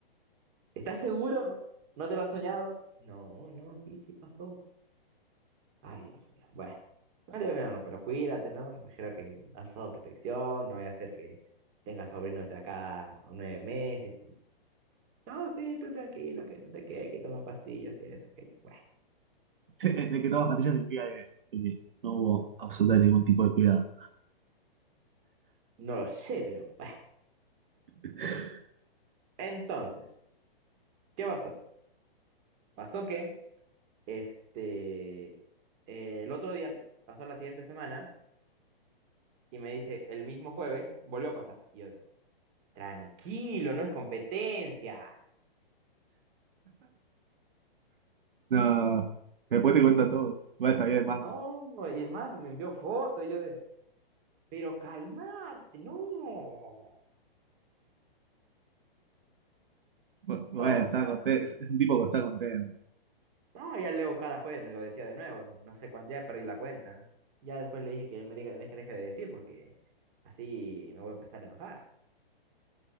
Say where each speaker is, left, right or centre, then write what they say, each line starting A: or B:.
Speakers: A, on the right; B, on the right.
A: ¿estás seguro? ¿No te lo has soñado? No, no, sí, sí pasó. Ay, Dios mío, bueno. Vale, bueno, pero cuídate, ¿no? Imagino que has usado protección, no vaya a ser que tengas sobrinos de acá a nueve meses No, sí, tú tranquilo, que no sé qué, que toma pastillas y eso, que bueno,
B: <laughs> De que tomas pastillas significa que, que no hubo absolutamente ningún tipo de cuidado.
A: no lo sé, pero bueno.
B: <laughs>
A: Entonces, ¿qué pasó? Pasó que, este, eh, el otro día, pasó la siguiente semana, y me dice, el mismo jueves, volvió a pasar. Y yo de, tranquilo, no es competencia.
B: No, después te cuenta todo. Bueno, está bien, manco.
A: No, y es más, me envió fotos, y yo de, pero calmate, no.
B: Bu- Bueno,
A: Todo muy
B: está
A: mal.
B: contento. Es, es un tipo que está contento.
A: No, ya luego cada jueves me lo decía de nuevo, no sé cuánto, ya perdí la cuenta. Ya después le dije que me diga, deje, deje de decir porque así me voy a empezar a enojar.